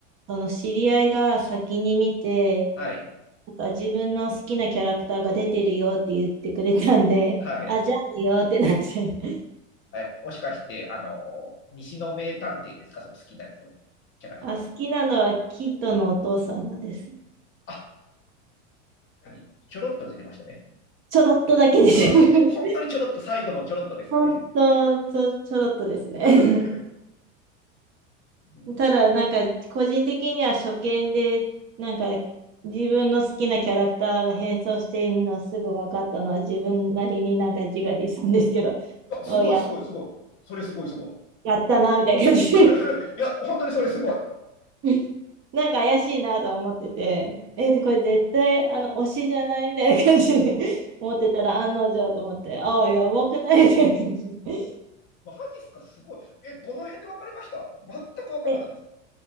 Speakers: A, on the right; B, on the left.
A: その知り合いが先に見て、
B: はい、
A: なんか自分の好きなキャラクターが出てるよって言ってくれたんで、
B: はい。
A: <laughs> あ、じゃあいいよってなって。<laughs>
B: はい、もしかして、あの西の名探偵ですかその好きなやつのキャラクターは。
A: あ、好きなのはキッドのお父さんなんです。
B: あ、何ちょろっと出てましたね。
A: ちょろっとだけです。
B: うん。
A: <laughs>
B: 本当にちょろっと、最後のちょろっとですよね。
A: 本当、ちょ、ちょろっとですね。<laughs>
B: <laughs> うん
A: ただ、なんか、個人的には初見で、なんか、自分の好きなキャラクターが変装しているのすぐ分かったのは、自分なりになんか自画自賛ですけど、<laughs>
B: あ <laughs>、
A: おや、
B: すごい、すごい、すごい。それすごい、すご
A: やったな、みたいな感じ。
B: い。<laughs> いや、本当にそれすごい。
A: <laughs> なんか怪しいなとは思ってて、え、でこれ絶対、あの、推しじゃないみたいな感じで <laughs> 思ってたら、案の定と思って、ああ、やばくないみたいな感じで。<laughs>
B: マジっすかすごい。え、どの辺で分かりました全く分かんなかったです。
A: え、